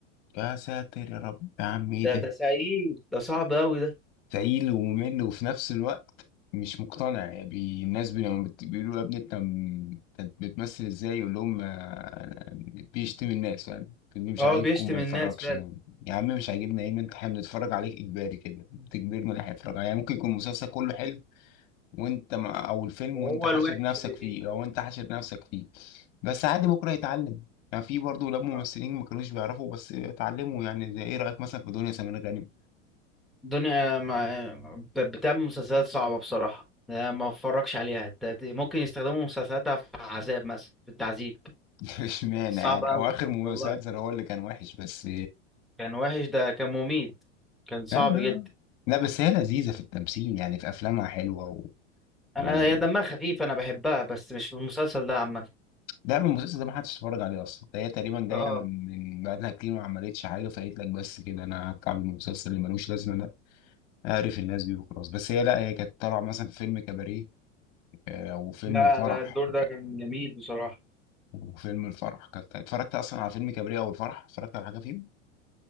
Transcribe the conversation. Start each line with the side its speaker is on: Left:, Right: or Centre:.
Left: يا ساتر يا رب يا عم إيه
Centre: ده
Left: ده
Centre: ده سعيد ده صعب قوي ده
Left: تقيل وممل وفي نفس الوقت مش مقتنع يعني بي- الناس بي لما بت- بيقولوا يا ابني انت م- أنت بتمثل ازاي يقول لهم آه، بيشتم الناس فاهم اللي مش
Centre: اه
Left: عاجبكم
Centre: بيشتم
Left: ما
Centre: الناس
Left: يتفرجش يا عم مش عاجبنا ايه ما انت احنا بنتفرج عليك اجباري كده بتجبرنا ان احنا نتفرج عليه يعني ممكن يكون المسلسل كله حلو وانت ما او الفيلم
Centre: وهو
Left: وانت حاشر
Centre: الوحش
Left: نفسك
Centre: اللي فيه
Left: فيه او انت حاشر نفسك فيه بس عادي بكره يتعلم يعني في برضه ولاد ممثلين
Centre: اه
Left: ما كانوش بيعرفوا بس اتعلموا يعني زي ايه رايك مثلا في دنيا سمير غانم
Centre: دنيا ما بت- بتعمل مسلسلات صعبة بصراحة يعني أنا ما اتفرجش عليها ت- ممكن يستخدموا مسلسلاتها في عذاب مثلا في التعذيب
Left: <laughs> اشمعنى
Centre: صعب
Left: يعني
Centre: قوي
Left: هو اخر مسلسل
Centre: والله
Left: هو اللي كان وحش بس
Centre: كان وحش ده كان مميت كان صعب
Left: لا ما
Centre: جدا
Left: لا بس هي لذيذه في التمثيل يعني في افلامها حلوه و...
Centre: انا
Left: و...
Centre: هي دمها خفيف انا بحبها بس مش في المسلسل ده عامة
Left: لا من المسلسل ده ما حدش اتفرج عليه اصلا ده هي تقريبا جايه
Centre: اه
Left: من من بقالها كتير ما عملتش حاجه فقالت لك بس كده انا هتكعب المسلسل اللي ملوش لازمه ده اعرف الناس دي وخلاص بس هي لا هي كانت طالعه مثلا في فيلم كباريه آه، او فيلم
Centre: لا
Left: الفرح
Centre: لا الدور ده كان جميل بصراحة
Left: وفيلم الفرح كانت اتفرجت اصلا على فيلم كباريه او الفرح اتفرجت على حاجه فيه